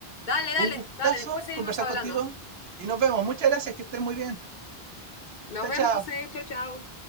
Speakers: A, on the left; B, on the right.
A: Dale,
B: Un
A: dale,
B: gustazo
A: dale. Después seguimos
B: conversar
A: hablando.
B: contigo y nos vemos. Muchas gracias, que estés muy bien.
A: Nos
B: Chao,
A: vemos,
B: chao.
A: José. Chau, chau.